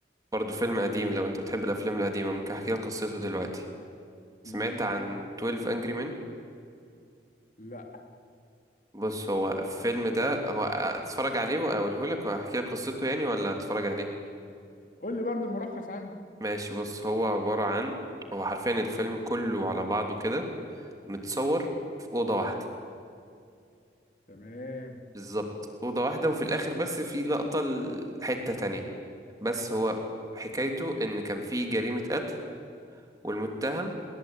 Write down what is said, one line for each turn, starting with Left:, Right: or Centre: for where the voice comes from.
Right: برضه فيلم قديم لو انت بتحب الافلام القديمه ممكن احكي لك قصته دلوقتي سمعت
Left: مهم. تمام
Right: عن 12 انجري مان
Left: لا
Right: بص هو الفيلم ده هو آه، اتفرج عليه واقوله لك واحكي لك قصته يعني ولا اتفرج عليه
Left: قول لي برضو ملخص عنه
Right: ماشي بص هو عباره عن هو حرفيا الفيلم كله على بعضه كده متصور في أوضة واحدة
Left: تمام
Right: بالظبط أوضة واحدة وفي الآخر بس في لقطة لحتة تانية بس هو حكايته إن كان في جريمة قتل والمتهم